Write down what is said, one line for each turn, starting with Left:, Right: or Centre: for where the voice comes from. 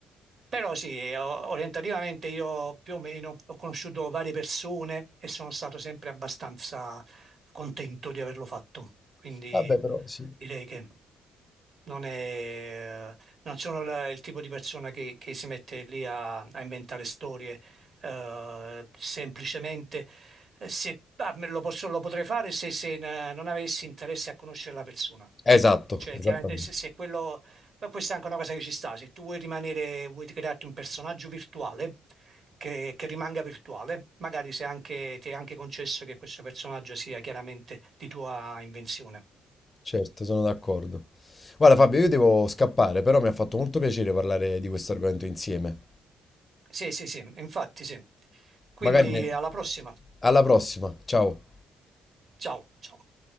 Right: Però sì, eh, o- orientativamente io più o meno ho conosciuto varie persone e sono stato sempre abbastanza contento di averlo fatto. Quindi
Left: Vabbè, però sì.
Right: direi che... Non è, non sono la- il tipo di persona che, che si mette lì a, a inventare storie, eh, semplicemente eh, se, ah, me lo posso- lo potrei fare se, se n- non avessi interesse a conoscere la persona.
Left: Esatto,
Right: Cioè,
Left: esattamente.
Right: chiaramente se, se quello, ma questa è anche una cosa che ci sta, se tu vuoi rimanere, vuoi crearti un personaggio virtuale che, che rimanga virtuale, magari se anche, ti è anche concesso che questo personaggio sia chiaramente di tua invenzione.
Left: Certo, sono d'accordo. Guarda Fabio, io devo scappare, però mi ha fatto molto piacere parlare di questo argomento insieme.
Right: Sì, sì, sì, infatti sì. Quindi
Left: Magari ne-
Right: alla prossima.
Left: alla prossima, ciao.
Right: Ciao, ciao.